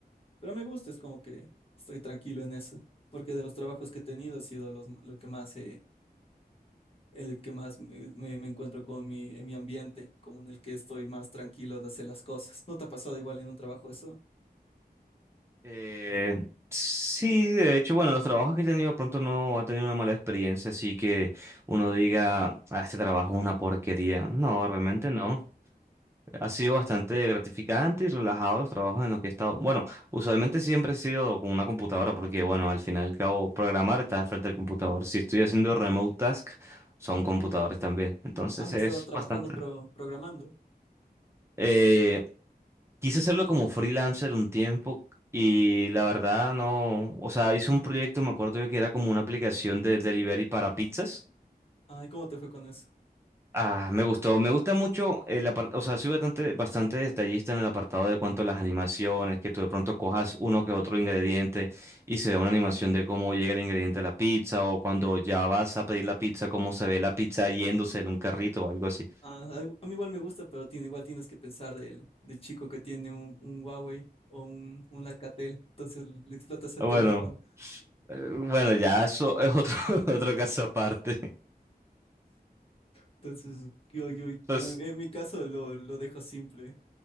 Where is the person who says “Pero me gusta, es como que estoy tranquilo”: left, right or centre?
Left